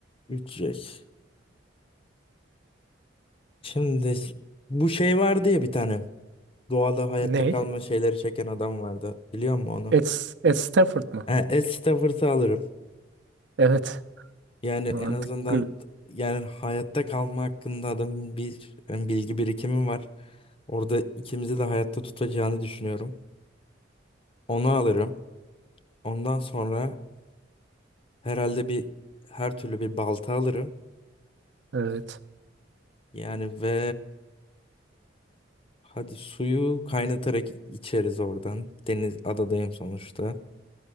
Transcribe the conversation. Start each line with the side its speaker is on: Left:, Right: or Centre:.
Left: Üç şey. Şimdi bu şey var diye bir tane. Doğada hayatta
Right: Ne?
Left: kalma şeyleri çeken adam vardı. Biliyor musun onu?
Right: Ed, Ed Stafford mı?
Left: E, Ed Stafford'ı alırım.
Right: Evet.
Left: Yani
Right: Mantıklı.
Left: en azından yani hayatta kalma hakkında adamın bir yani bilgi birikimi var. Orada ikimizi de hayatta tutacağını düşünüyorum. Onu alırım. Ondan sonra herhalde bir her türlü bir balta alırım.
Right: Evet.
Left: Yani ve hadi suyu kaynatarak içeriz oradan. Deniz adadayım sonuçta.